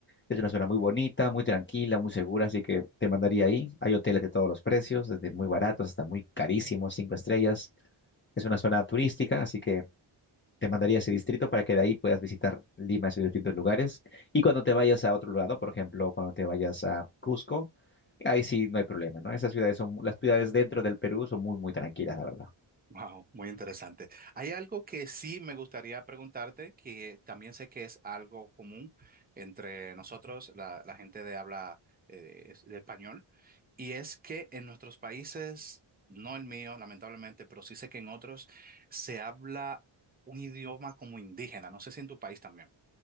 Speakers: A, on the left; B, on the right.
A: Es una zona muy bonita, muy tranquila, muy segura, así que te mandaría ahí. Hay hoteles de todos los precios, desde muy baratos hasta muy carísimos, cinco estrellas. Es una zona turística, así que te mandaría a ese distrito para que de ahí puedas visitar Lima y sus distintos lugares. Y cuando te vayas a otro lado, por ejemplo, cuando te vayas a Cusco, ahí sí no hay problema, ¿no? Esas ciudades son, las ciudades dentro del Perú son muy, muy tranquilas, la verdad.
B: Wow, muy interesante. Hay algo que sí me gustaría preguntarte, que también sé que es algo común entre nosotros, la, la gente de habla eh, es- de español, y es que en nuestros países, no el mío, lamentablemente, pero sí sé que en otros se habla un idioma como indígena. No sé si en tu país también.